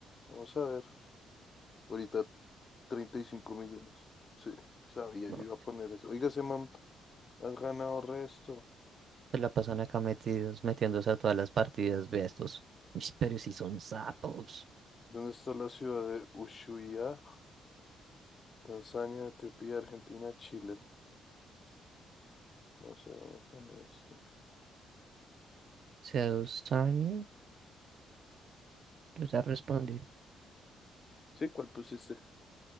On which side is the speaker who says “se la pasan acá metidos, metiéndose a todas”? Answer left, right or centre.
Right